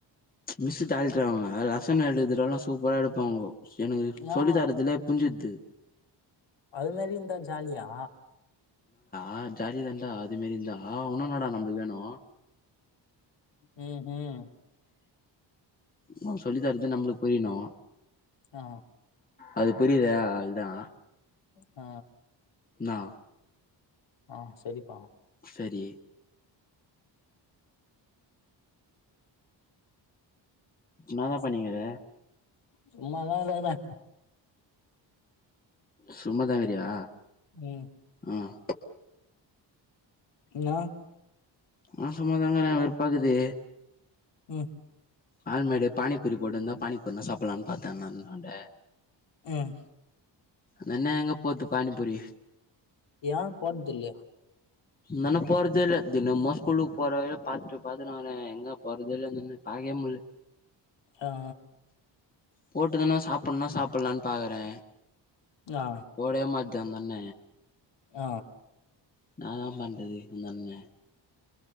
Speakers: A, on the left (about 20°); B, on the left (about 70°).
A: மிஸ்ஸு டேரிட்ரு அவுங்க லசன் எடுத்திட்டாலு சூப்பரா எடுப்பாங்கோ எனுகு சொல்லி
B: ஆ
A: தரதுலே புர்ஞ்சிட்து
B: அது மேரிந்தா ஜாலியா
A: ஆ ஜாலி தண்டா அது மேரிந்தா உன்னு ன்னடா நமபுள்க் வேணு
B: ஹு ஹும்
A: அவுங் சொல்லி தரது நம்ளுக் புரிய்னு
B: ஆ
A: அது புரியல்யா அல்தா
B: அ
A: நா
B: ஆ செரிப்பா
A: சரி ன்னாதா பண்ணிங்குற
B: சும்மாதா <unintelligible>
A: சும்மதக்குரியா
B: ம்
A: ஆஹ்
B: நா
A: நா சும்மாதாங்குற வெறுப்பாக்குது
B: ம்
A: ஆால்மேடு பானிப்பூரி போட்டுந்தா பானிப்பூர்னா சாப்புல்லான் பாத்த நல்நொன்ட
B: ம்
A: னன்னெ எங்க போத்து பானிபுரி
B: யா போன்துல்யா
A: மன்ன போறதேல்ல தினம்மோ ஸ்கூலுக் போற வைல பாத்துட்டு பாத்துனு வரே எங்க போறதேல்ல அந் அண்ணன் பாக் <unintelligible>
B: யா
A: போட்டுதன்னா சாப்புன்னா சாப்புல்லான் பாகுறே
B: ஆ
A: போடவே மாத் ட மண்ண
B: அ
A: ன்னா தா பண்றது அந்தண்ண